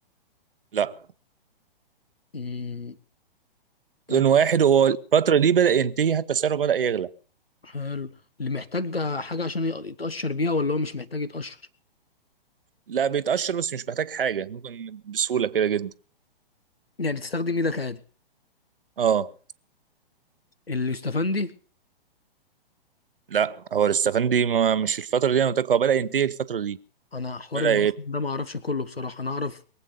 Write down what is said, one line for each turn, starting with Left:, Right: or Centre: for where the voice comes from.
Right: لا
Left: مم. طب
Right: لون واحد هو الفترة دي بدأ ينتهي حتى سعره بدأ يغلى
Left: حلو اللي محتاج حاجه عشان يق- يتقشر بيها ولا هو مش محتاج يتقشر
Right: لا بيتقشر بس مش محتاج حاجة ممكن بسهولة كده جدا
Left: يعني تستخدم ايدك عادي
Right: اه
Left: اليوستفندي
Right: لا هو الاستفندي ما مش الفترة دي انا قلت لك هو بدأ ينتهي الفترة دي
Left: انا حوار
Right: بدأ
Left: الموسم
Right: يغلى.
Left: ده ما اعرفش كله بصراحه انا اعرف